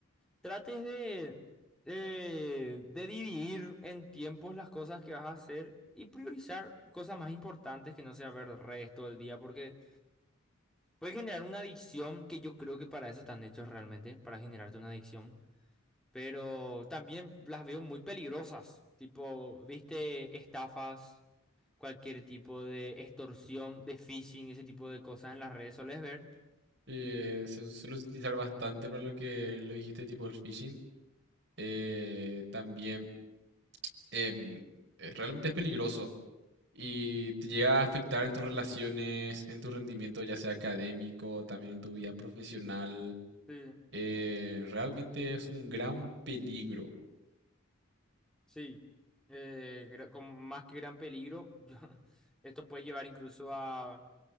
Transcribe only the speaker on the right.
Eh, se suele utilizar bastante para lo que lo dijiste, tipo el phishing. Eh, también em, eh, realmente es peligroso y te llega a afectar en tus relaciones, en tu rendimiento, ya sea académico, también en tu vida profesional
eh, realmente es un gran peligro.